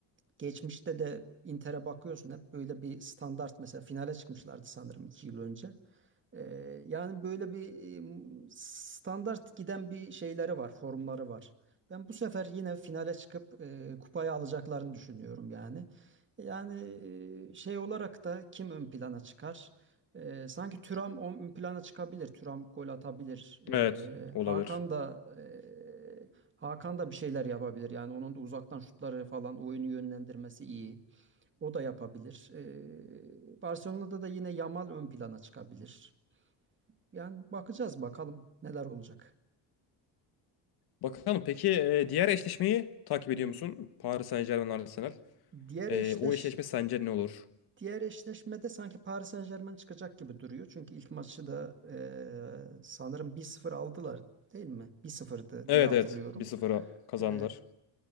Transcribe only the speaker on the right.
geçmişte de Inter'e bakıyorsun hep böyle bir standart mesela finale çıkmışlardı sanırım iki yıl önce. Ee, yani böyle bir e, standart giden bir şeyleri var, formları var. Ben bu sefer yine finale çıkıp e, kupayı alacaklarını düşünüyorum yani. Yani e, şey olarak da kim ön plana çıkar? E, sanki Thuram ön plana çıkabilir. Thuram gol atabilir. E,
Hakan da e, Hakan da bir şeyler yapabilir. Yani onun da uzaktan şutları falan oyunu yönlendirmesi iyi. O da yapabilir. E, Barcelona'da da yine Yamal ön plana çıkabilir. Yani bakacağız bakalım neler olacak.
Diğer
eşleş
Diğer eşleşmede sanki Paris Saint-Germain çıkacak gibi duruyor. Çünkü ilk maçı da e, sanırım 1-0 aldılar değil mi? 1-0'dı
diye hatırlıyorum.
E,